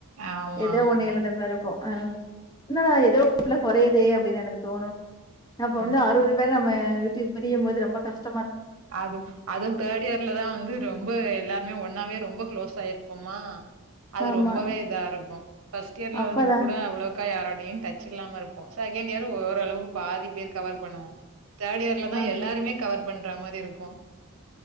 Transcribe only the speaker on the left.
ஏதோ
ஒன்ன இழந்த மாரி இருக்கோ அ இன்னா ஏதோ ஒருபுள்ள குறையுதே அப்டீன்னு எனக்கு தோணோ இப்ப வந்து
அறுவது பேர் நம்ம விட் இது பிரியும்போது ரொம்ப கஷ்ட்
ஆமா.
அப்பதான்.
அ.